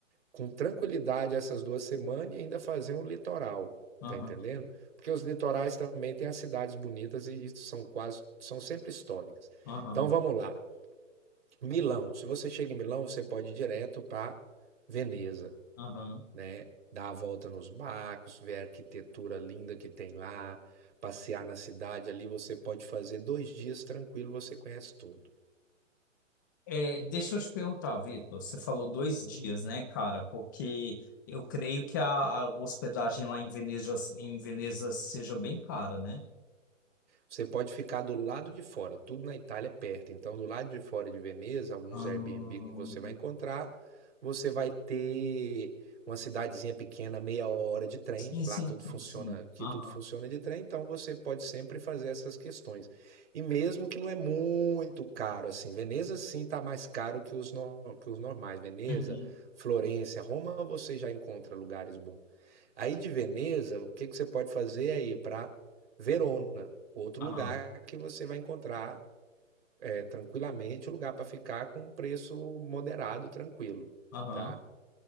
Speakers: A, on the right; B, on the left.
A: com tranquilidade essas duas semanas e ainda fazer um litoral,
B: aham,
A: tá entendendo? Porque os litorais também têm as cidades bonitas e, e são quase, são sempre históricas.
B: aham,
A: Então vamos lá. Milão. Se você chega em Milão, você pode ir direto para Veneza,
B: aham.
A: né? Dar a volta nos barcos, ver a arquitetura linda que tem lá, passear na cidade. Ali você pode fazer dois dias tranquilo, você conhece tudo.
B: É, deixa eu te perguntar, Vitor, você falou dois dias, né, cara? Porque eu creio que a, a hospedagem lá em Veneza, em Veneza seja bem cara, né?
A: Você pode ficar do lado de fora, tudo na Itália é perto. Então, do lado de fora de Veneza, alguns
B: Ahn.
A: Airbnb que você vai encontrar, você vai ter uma cidadezinha pequena, meia hora de trem.
B: Sim,
A: Lá
B: sim,
A: tudo
B: sim,
A: funciona,
B: sim.
A: que
B: Aham.
A: tudo funciona de trem, então você pode sempre fazer essas questões. E mesmo que não é muito caro assim, Veneza sim está mais caro que os, no- que os normais. Veneza,
B: Uhum.
A: Florença, Roma, você já encontra lugares bons. Aí de Veneza, o que que você pode fazer é ir para Verona outro
B: Aham,
A: lugar que você vai encontrar é, tranquilamente, um lugar para ficar com um preço moderado, tranquilo,
B: aham,
A: tá?